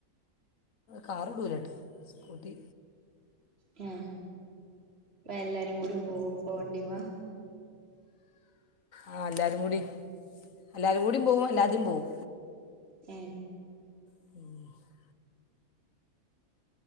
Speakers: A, on the left (about 70°); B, on the right (about 45°).
A: കാറ്ടുലട്ടോ സ്കൂട്ടി
B: ഹേ എല്ലാരും കൂടെ പോവും അപ്പാ വാണ്ടിമ്മ
A: ആഹ് എല്ലാവരും കൂടി എല്ലാവരും കൂടിയും പോവും അല്ലാതേ പോവും
B: ഏ
A: <inaudible>